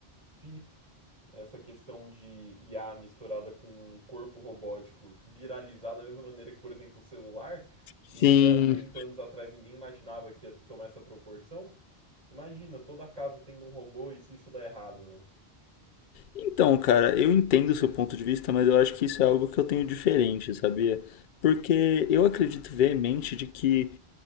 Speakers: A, on the right; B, on the left.
A: se essa questão de IA misturada com um corpo robótico viralizar da mesma maneira que, por exemplo, o celular, que
B: sim.
A: há 30 anos atrás ninguém imaginava que ia tomar essa proporção, imagina toda a casa tendo um robô e se isso dá errado, né?
B: Então, cara, eu entendo o seu ponto de vista, mas eu acho que isso é algo que eu tenho diferente, sabia? Porque eu acredito veemente de que,